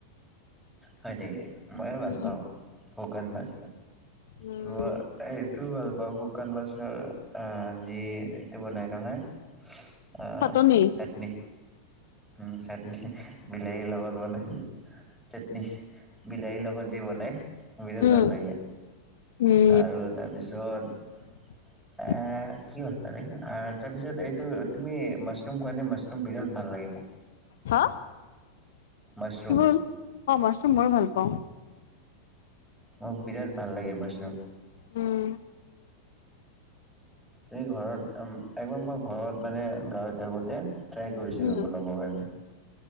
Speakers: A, in the centre; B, on the left.
A: হয় নেকি মইয়ো ভাল
B: উম।
A: পাওঁ শুকান মাছ
B: উম
A: তোমাৰ সেইটো ভাল পাওঁ শুকান মাছৰ আহ যি সেইটো বনাই নহয়। অ
B: চাটনি
A: চাটনি। উম চাটনি বিলাহী লগত বনাই। চাটনি বিলাহীৰ লগত যে বনাই বিৰাট
B: উম।
A: ভাল লাগে।
B: উম
A: আৰু তাৰপিছত
B: <inaudible>
A: এ, কি হ'ল কালি, তাৰপিছত এইটো, তুমি মাছৰুম খোৱা নে? মাছৰুম বিৰাট ভাল লাগে মোৰ।
B: হা?
A: মাছৰুম
B: কি হ'ল, অ', মাছৰুম মইয়ো ভাল পাওঁ।
A: মোক বিৰাট ভাল লাগে মাছৰুম।
B: উম।
A: তুমি ঘৰত, উম, একবাৰ মই ঘৰত মানে গাঁৱত থাকোঁতে ট্ৰাই কৰিছিলোঁ‌
B: উম
A: বনাবৰ কাৰণে।